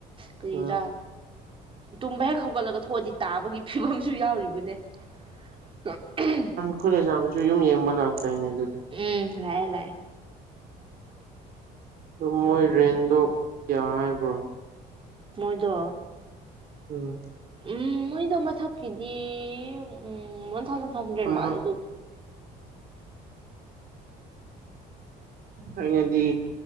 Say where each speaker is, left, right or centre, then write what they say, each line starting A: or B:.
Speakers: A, on the right (about 30°); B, on the right (about 60°).
A: ꯀꯔꯤꯔꯥ
B: ꯎꯝ
A: ꯇꯨꯝꯕ ꯍꯦꯛ ꯍꯧꯒꯠꯂꯒ ꯊꯣꯛꯑꯗꯤ ꯇꯥꯕꯒꯤ ꯐꯤꯕꯝꯁꯨ ꯌꯥꯎꯔꯤꯕꯅꯦ ꯑꯍꯝ
B: ꯈꯣꯢ ꯂꯩꯁꯥꯕꯤꯁꯨ ꯌꯨꯝ ꯌꯦꯡꯕ ꯂꯥꯛꯇꯥꯏꯅꯦ ꯑꯗꯨꯗꯤ
A: ꯎꯝ ꯂꯥꯑꯦ ꯂꯥꯑꯦ
B: ꯑꯗꯨ ꯃꯣꯏ ꯔꯦꯟꯗꯣ ꯀ꯭ꯌꯥ ꯍꯥꯏꯕ꯭ꯔꯣ
A: ꯃꯣꯏꯗꯣ
B: ꯎꯝ
A: ꯎꯝ ꯃꯣꯏꯗꯣ ꯃꯊꯛꯀꯤꯗꯤ ꯎꯝ ꯃꯊꯛꯇ ꯊꯝꯗ꯭ꯕꯤ
B: ꯑꯃ
A: ꯃꯥꯜꯂꯦ ꯑꯗꯨ
B: ꯑꯩꯅꯗꯤ